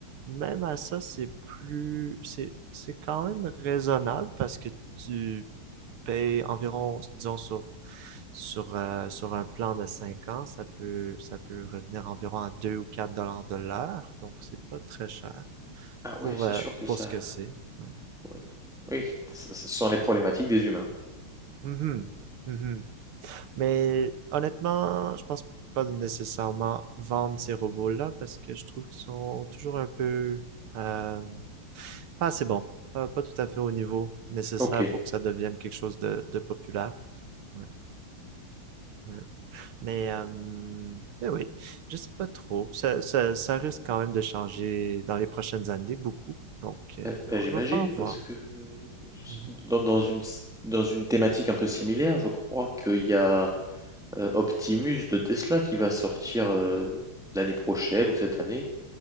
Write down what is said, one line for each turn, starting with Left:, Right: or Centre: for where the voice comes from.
Right: même à ça, c'est plus c'est c'est quand même raisonnable parce que tu paye environ, disons, sur, sur, euh, sur un plan de 5 ans, ça peut, ça peut revenir environ à 2 ou 4 dollars de l'heure. Donc, c'est pas très cher
Centre: Ah
Right: pour,
Centre: ouais, c'est
Right: euh,
Centre: sûr que
Right: pour
Centre: ça.
Right: ce que c'est. Ouais.
Centre: ouais. Oui, ce ce sont les problématiques des humains.
Right: Mhm. Mhm. Mais honnêtement, je pense pas nécessairement vendre ces robots-là parce que je trouve qu'ils sont toujours un peu euh, pas assez bons, pas, pas tout à fait au niveau nécessaire
Centre: Ok.
Right: pour que ça devienne quelque chose de, de populaire. Ouais, ouais. Mais, euh, mais oui, je sais pas trop. Ça, ça, ça risque quand même de changer dans les prochaines années beaucoup. Donc, euh,
Centre: Bah, bah,
Right: on
Centre: j'imagine,
Right: va falloir voir.
Centre: parce que
Right: Mhm.
Centre: dans, dans une, dans une thématique un peu similaire, je crois qu'il y a euh, Optimus de Tesla qui va sortir euh, l'année prochaine ou cette année.